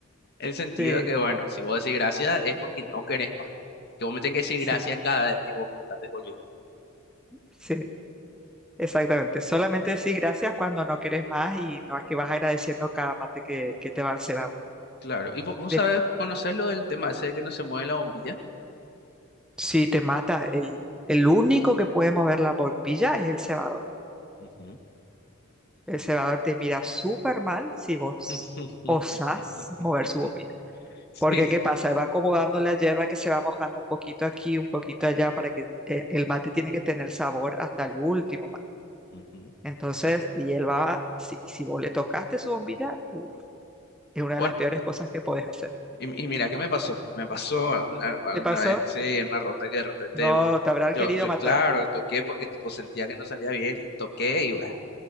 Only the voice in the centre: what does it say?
Sí,
sí,
sí. Exactamente, solamente decís gracias cuando no querés más y no es que vas agradeciendo cada mate que, que te van cebando.
De-
si te mata, el, el único que puede mover la bombilla es el cebador.
El cebador te mira súper mal si vos
osás mover su bombilla.
Porque, ¿qué pasa? Él Va acomodando la hierba que se va mojando un poquito aquí, un poquito allá, para que eh, el mate tiene que tener sabor hasta el último mate.
Entonces,
y él va, si, si vos le tocaste su bombilla, uf, es una de
las peores cosas que podés hacer.
¿Te pasó?
No, te habrán
querido
matar.